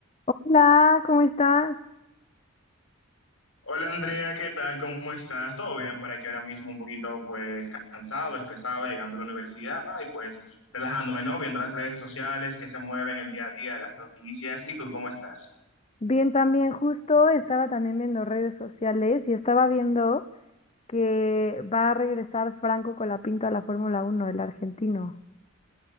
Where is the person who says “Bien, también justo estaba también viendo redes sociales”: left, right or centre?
Left